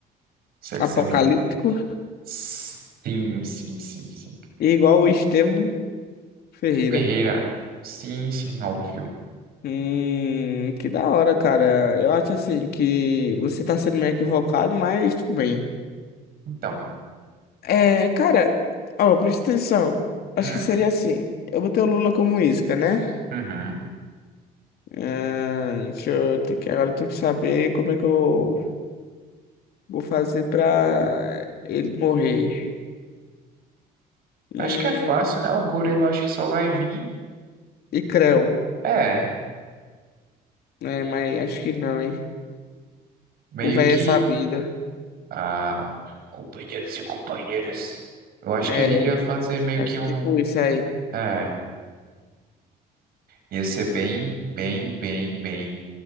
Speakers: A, on the right; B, on the left.
A: Se é que
B: Apocalíptico
A: você me entende. Sim, sim, sim, sim.
B: e igual o Estevão Ferreira.
A: Ferreira. Sim, sim, óbvio.
B: Hum, que da hora, cara. Eu acho assim que você tá sendo meio equivocado, mas tudo bem.
A: Então,
B: É, cara, ó, presta atenção. Acho
A: Hum,
B: que seria assim. Eu botei o Lula como isca, né?
A: uhum.
B: Ah, deixa eu ter que, agora eu tenho que saber como é que eu vou fazer pra ele morrer. Hum,
A: Acho que é fácil, né? O gorila acho que só vai vir.
B: e creu,
A: É,
B: né? Mas acho que não, hein?
A: meio
B: O velho
A: que.
B: é sabido.
A: Ah, companheiros e companheiras. Eu acho
B: É,
A: que ele ia fazer meio
B: mas
A: que um.
B: tipo isso aí.
A: É, ia ser bem, bem, bem, bem